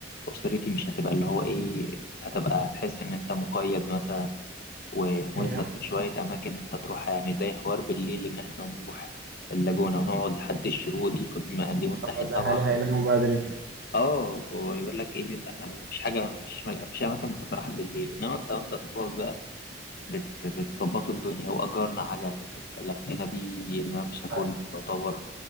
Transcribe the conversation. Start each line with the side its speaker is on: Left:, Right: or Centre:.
Left: أسرتي مش هتبقى اللي هو إيه هتبقى هتحس إن أنت مقيد مثلا وملزم
Right: هي
Left: بشوية أماكن أنت تروحها يعني زي حوار بالليل إن إحنا نروح اللاجونة ونقعد لحد الشروق دي كنت ما دي مستحيل
Right: طب الاهالي
Left: طبعا
Right: هيناموا بدري
Left: اه ويقول لك ايه اللي انت هتعمله مفيش حاجه مفيش مج- مفيش اماكن بتتراح بالليل انما انت وانت صاحبك بقى بت... بتظبطوا الدنيا واجرنا عجل لفينا بيه الممشى كله
Right: آه.
Left: يعتبر